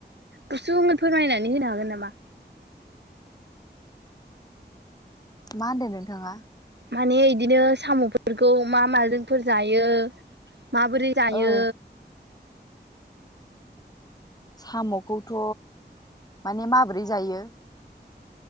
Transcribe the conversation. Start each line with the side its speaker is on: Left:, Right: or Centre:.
Right: गुसुङै फोरमायनानै होनो हागोन नामा?
Left: मा होनदों नोंथाङा?
Right: माने इदिनो साम'फोरखौ मा माजोंफोर जायो। माबोरै जायो?
Left: औ साम'खौथ' माने माबोरै जायो?